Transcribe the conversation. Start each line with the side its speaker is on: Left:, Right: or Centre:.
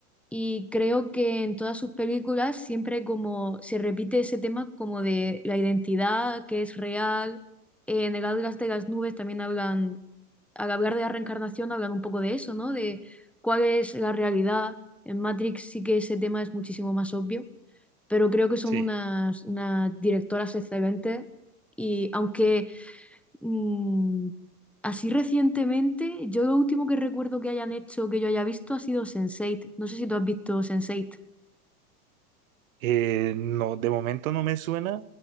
Centre: Y creo que en todas sus películas siempre como se repite ese tema como de la identidad que es real. Eh, en el Atlas de las Nubes también hablan, al hablar de la reencarnación hablan un poco de eso, ¿no? De cuál es la realidad. En Matrix sí que ese tema es muchísimo más obvio, pero creo que son
Right: Sí.
Centre: unas, unas directoras excelentes. Y aunque Mm, así recientemente, yo lo último que recuerdo que hayan hecho, que yo haya visto, ha sido Sense8. No sé si tú has visto Sense8.
Right: Eh, no, de momento no me suena,